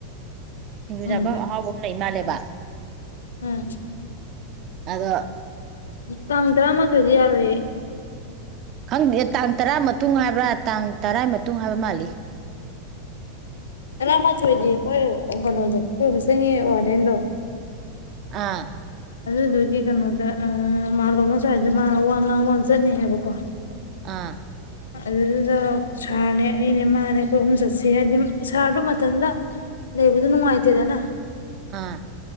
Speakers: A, on the right; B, on the left.
A: ꯁꯤꯡꯖꯨ
B: ꯈꯪꯗꯦ
A: ꯆꯥꯐꯝ ꯑꯍꯥꯎꯕ ꯑꯃ ꯂꯩ ꯂꯩ ꯃꯥꯟꯂꯦꯕ
B: ꯎꯝ
A: ꯑꯗꯣ
B: ꯇꯥꯡ ꯇꯔꯥꯃꯥꯊꯣꯏꯗꯤ ꯌꯥꯔꯣꯏꯌꯦ <inaudible>
A: ꯈꯪꯗꯦ ꯇꯥꯡ ꯇꯔꯥ ꯃꯇꯨꯡ ꯍꯥꯏꯕ꯭ꯔꯥ ꯇꯥꯡ ꯇꯔꯥꯏ ꯃꯇꯨꯡ ꯍꯥꯏꯕ ꯃꯥꯜꯂꯤ
B: ꯇꯔꯥꯃꯊꯣꯏꯗꯤ ꯑꯩꯈꯣꯏ ꯀꯩꯅꯣꯗꯣ ꯑꯩꯈꯣꯏ ꯑꯃ ꯆꯪꯉ ꯋꯥꯔꯦꯟꯗꯣ
A: ꯑꯥ
B: ꯑꯗꯨꯗꯨꯒꯤ ꯀꯩꯅꯣꯗ ꯃꯥꯂꯣꯝꯁ꯭ꯋꯥꯏꯗ ꯃꯥ ꯋꯥ ꯉꯥꯡꯃꯣ ꯆꯠꯅꯤ ꯍꯥꯏꯕꯀꯣ
A: ꯑꯥ
B: ꯑꯗꯨꯗꯨꯗ ꯁꯥꯔꯅꯦ ꯑꯩꯅꯦ ꯃꯥꯅꯦ ꯀꯣꯏ ꯑꯍꯨꯝ ꯆꯠꯁꯤ ꯍꯥꯏꯕꯗꯤ ꯁꯥꯔꯗꯨꯣ ꯃꯊꯟꯇ ꯂꯩꯕꯗ ꯅꯨꯡꯉꯥꯏꯇꯦꯗꯅ
A: ꯑ